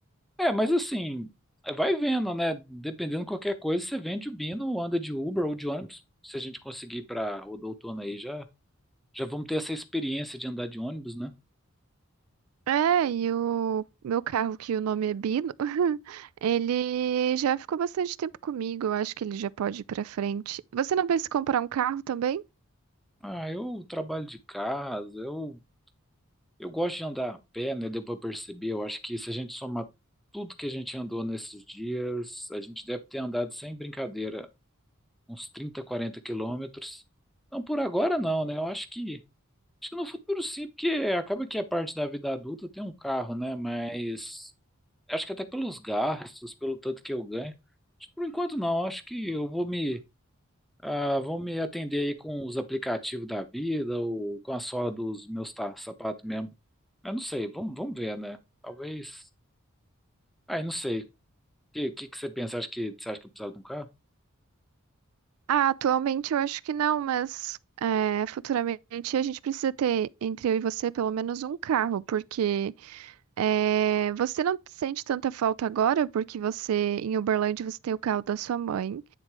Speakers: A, in the centre; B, on the right.
A: É, mas assim, vai vendo, né, dependendo de qualquer coisa, você vende o Bino, ou anda de Uber ou de ônibus, se a gente conseguir para o outono aí, já, já vamos ter essa experiência de andar de ônibus, né?
B: É, e o meu carro, que o nome é Bino, <laughs> ele já ficou bastante tempo comigo, eu acho que ele já pode ir pra frente. Você não pensa em comprar um carro também?
A: Ah, eu trabalho de casa, eu Eu gosto de andar a pé, né? Deu para perceber. Eu acho que se a gente somar tudo que a gente andou nesses dias, a gente deve ter andado sem brincadeira uns 30 40 quilômetros. Não por agora, não, né? Eu acho que acho que no futuro sim, porque acaba que a parte da vida adulta tem um carro, né? Mas acho que até pelos gastos, pelo tanto que eu ganho, acho que por enquanto não. Acho que eu vou me ah, vou me atender aí com os aplicativos da vida ou com a sola dos meus ta- sapatos mesmo. Eu não sei, vamos, vamos ver, né? Talvez. Ai, não sei. O que, que, que você pensa? Acho que, você acha que eu precisava de um carro?
B: Ah, atualmente eu acho que não, mas é, futuramente a gente precisa ter, entre eu e você, pelo menos um carro, porque é, você não sente tanta falta agora, porque você, em Uberlândia, você tem o carro da sua mãe.